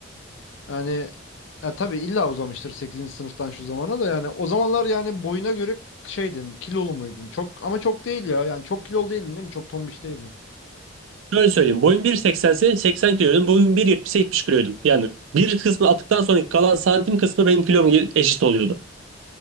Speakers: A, on the left; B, on the right.
A: Yani Ya tabii illa uzamıştır sekizinci sınıftan şu zamana da yani o zamanlar yani boyuna göre şeydin kilolu muydun? Çok ama çok değil ya yani çok kilolu değildin değil mi? Çok tombiş değildin.
B: Şöyle söyleyeyim. Boyum bir seksense, 80 kiloydum. Boyum 1.70'e 70 kiloydum. Yani bir kısmı attıktan sonra kalan santim kısmı benim kilom eşit oluyordu.